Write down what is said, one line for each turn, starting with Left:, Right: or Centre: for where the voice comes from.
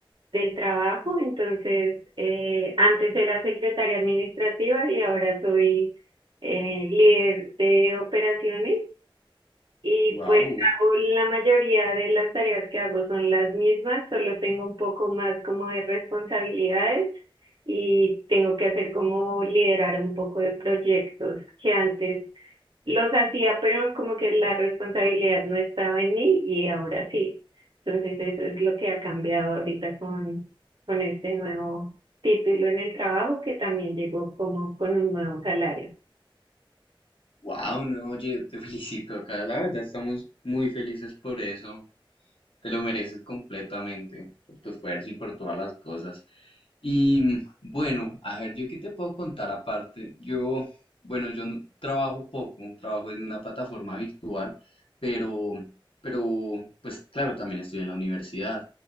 Right: del trabajo, entonces eh, antes era secretaria administrativa y ahora soy eh, líder de operaciones y
Left: Wow,
Right: pues hago la mayoría de las tareas que hago son las mismas, solo tengo un poco más como de responsabilidades y tengo que hacer como liderar un poco de proyectos que antes los hacía, pero como que la responsabilidad no estaba en mí y ahora sí. Entonces eso es lo que ha cambiado ahorita con, con este nuevo título en el trabajo que también llegó como con un nuevo salario.
Left: wow, no, oye, te felicito acá, la verdad estamos muy felices por eso. Te lo mereces completamente por tu esfuerzo y por todas las cosas. Y mm, bueno, a ver, yo qué te puedo contar aparte. Yo, bueno, yo no- trabajo poco, trabajo en una plataforma virtual, pero, pero, pues claro, también estoy en la universidad